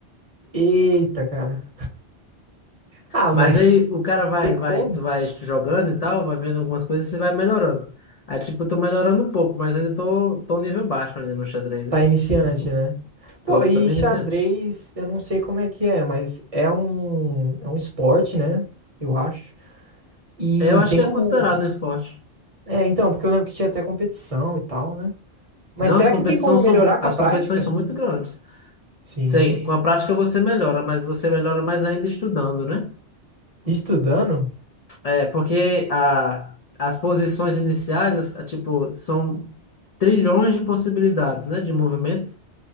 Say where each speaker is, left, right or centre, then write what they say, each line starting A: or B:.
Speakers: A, on the right; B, on the left.
A: Eita, cara. Ah,
B: Mas
A: mas
B: aí o
A: <laughs>
B: cara vai,
A: tem como?
B: vai, tu vai jogando e tal, vai vendo algumas coisas e você vai melhorando. Aí, tipo, eu tô melhorando um pouco, mas ainda tô, tô um nível baixo ainda no xadrez,
A: Tá
B: né?
A: iniciante, né? Pô,
B: Tô
A: e
B: também
A: xadrez,
B: iniciante.
A: eu não sei como é que é, mas é um, é um esporte, né? Eu acho. E
B: É, Eu acho
A: tem
B: que
A: como.
B: é considerado um esporte.
A: É, então, porque eu lembro que tinha até competição e tal, né? Mas
B: Não,
A: será
B: as competições
A: que tem como melhorar
B: são,
A: com
B: as
A: a prática?
B: competições são muito grandes.
A: Sim.
B: Sim, com a prática você melhora, mas você melhora mais ainda estudando, né?
A: Estudando?
B: É, porque a, as posições iniciais, as- a, tipo, são trilhões de possibilidades, né? De movimento,